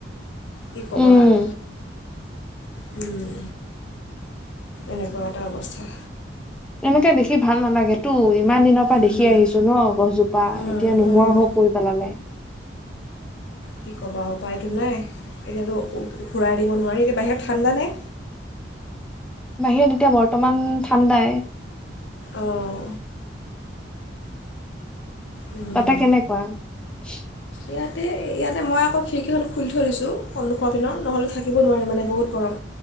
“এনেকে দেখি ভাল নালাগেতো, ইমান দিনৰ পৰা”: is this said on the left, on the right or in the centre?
Centre